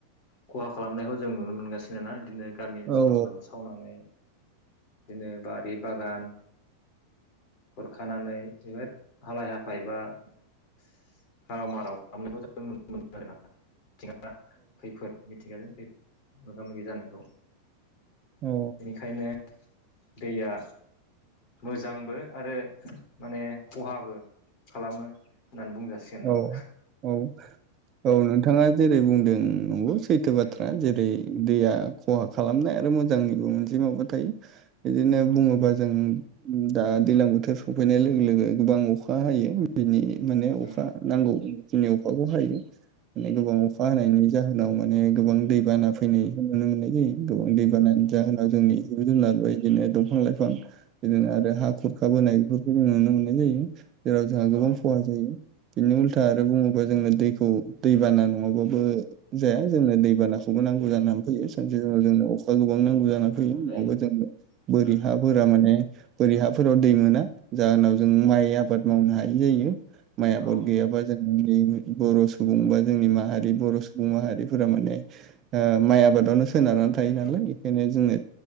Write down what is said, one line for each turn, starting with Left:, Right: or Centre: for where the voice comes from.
Left: खहा खालामनायखौ जों नुनो मोनगासिनो ना इदिनो गामि ओनसोलाव
Right: औ औ
Left: लोमसावनानै बिदिनो बाद बे बागान खुरखानानै जोबोद हालाय हाफाय बा खाराव माराव खालामनायखौ जों नुनो मोनदों आरो ना। मिथिंगा खैफोद मिथिंगाजों खैफोद मोगा मोगि जानायखौ।
Right: औ
Left: बेनिखायनो दैया मोजांबो आरो माने खहाबो खालामो। होननानै बुंजासिगोन
Right: औ
Left: नामा
Right: औ औ नों नोंथाङा जेरै बुंदों नंगौ सैथो बाथ्रा।
Left: उम
Right: जेरै दैया खहा खालामनाय आरो मोजांनिबो मोनसे माबा थायो बिदिनो
Left: औ
Right: बुङोबा जों दा दैलां बोथोर सफैनाय लोगो लोगो गोबां अखा हायो बिनि माने
Left: उम
Right: अखा नांगौनि अखाखौ हाय माने गोबां अखा हानायनि जाहोनाव माने गोबां दै बाना फैनाय नुनो मोननाय जायो गोबां दै बानानि
Left: उम
Right: जाहोनाव जोंनि जिब जुनारबो बिदिनो दंफां लाइफां बिदिनो आरो हा खुरख बोनाय बेफोरखौ जों नुनो मोननाय जायो जेराव जोंहा गोबां
Left: औ
Right: खहा जायो बिनि उल्था आरो बुङोबा जोंनो दैखौ दैबाना नङाबाबो जाया जोंनो दैबाना खौबो नांगौ जानानै फैयो सानसे समाव जोंनो गोबां
Left: औ
Right: नांगौ जाना फैयो
Left: जायो
Right: <unintelligible> जों बोरि
Left: उम
Right: हाफोरा माने बोरि हाफोराव दै मोना जाहोनाव जों माइ आबाद मावनो हायि जायो माइ आबाद
Left: औ
Right: गैयाबा जों <unintelligible> बर' सुबुं बा जोंनि माहारि बर' सुबुं माहारिफोरा माने माइ ओ आबादावनो सोनारो थायो नालाय इखायनो जोंनो